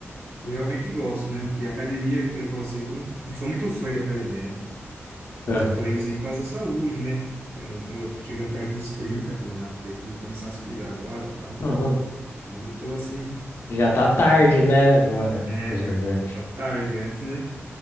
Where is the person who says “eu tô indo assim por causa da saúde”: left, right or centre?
Right